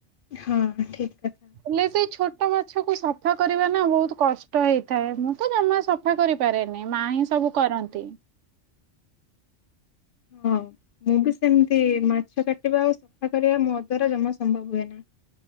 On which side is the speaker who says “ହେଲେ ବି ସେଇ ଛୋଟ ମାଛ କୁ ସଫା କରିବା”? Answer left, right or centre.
Right